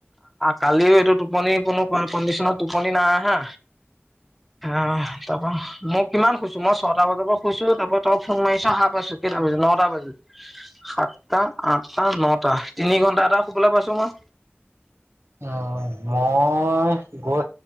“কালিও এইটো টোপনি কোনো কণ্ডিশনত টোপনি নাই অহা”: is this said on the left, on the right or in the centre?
Centre